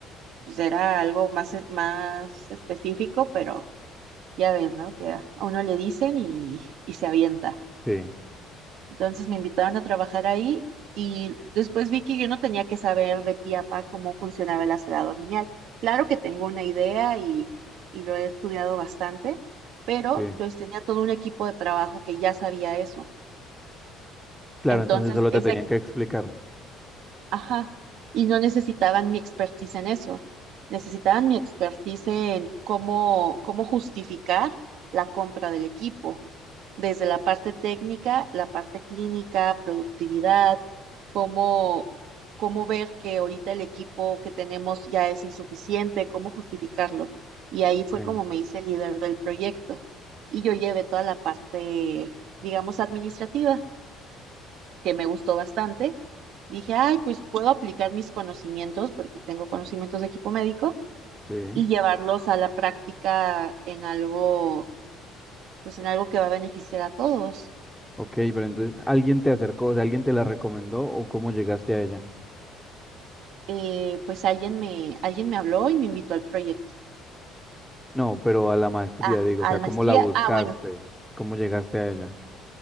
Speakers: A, on the right; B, in the centre.
A: pues, era algo más, e- más específico, pero Ya ves, ¿no? Que a a uno le dicen y, y se avienta.
B: Sí,
A: Entonces me invitaron a trabajar ahí y después vi que yo no tenía que saber de pie a pa cómo funcionaba el aserado lineal. Claro que tengo una idea y, y lo he estudiado bastante, pero
B: sí.
A: pues tenía todo un equipo de trabajo que ya sabía eso.
B: Claro,
A: Entonces,
B: entonces solo
A: esa
B: te tenían que explicar.
A: Ajá, y no necesitaban mi expertise en eso, necesitaban mi expertise en cómo, cómo justificar la compra del equipo, desde la parte técnica, la parte clínica, productividad, cómo, cómo ver que ahorita el equipo que tenemos ya es insuficiente, cómo justificarlo. Y ahí fue
B: Sí,
A: como me hice líder del proyecto. Y yo llevé toda la parte, digamos, administrativa que me gustó bastante. Dije, ay, pues puedo aplicar mis conocimientos, porque tengo conocimientos de equipo médico,
B: sí.
A: y llevarlos a la práctica en algo, pues en algo que va a beneficiar a todos.
B: Ok, pero entonces, ¿alguien te acercó, o sea, alguien te la recomendó o cómo llegaste a ella?
A: Eh, pues alguien me, alguien me habló y me invitó al proyecto.
B: No, pero a la maestría,
A: Ah,
B: digo,
A: a
B: o sea,
A: la
B: ¿cómo
A: maestría.
B: la buscaste?
A: Ah, bueno,
B: ¿Cómo llegaste a ella?